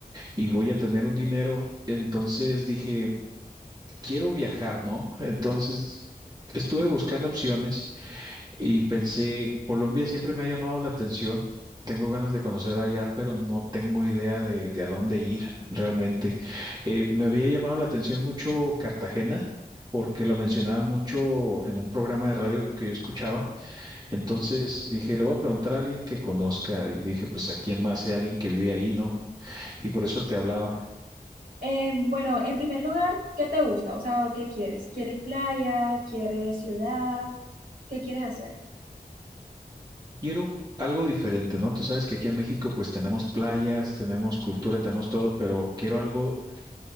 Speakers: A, on the right; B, on the right.
A: y voy a tener un dinero. Entonces dije, quiero viajar, ¿no? Entonces estuve buscando opciones Y pensé, Colombia siempre me ha llamado la atención. Tengo ganas de conocer allá, pero no tengo idea de, de a dónde ir realmente. Eh, me había llamado la atención mucho Cartagena, porque lo mencionaban mucho en un programa de radio que yo escuchaba. Entonces dije, le voy a preguntar a alguien que conozca. Y dije, pues a quién más, si alguien que vive ahí, ¿no? Y por eso te hablaba.
B: Eh, bueno, en primer lugar, ¿qué te gusta? O sea, ¿qué quieres? ¿Quieres playa? ¿Quieres ciudad? ¿Qué quieres hacer?
A: Quiero algo diferente, ¿no? Tú sabes que aquí en México pues tenemos playas, tenemos cultura, tenemos todo, pero quiero algo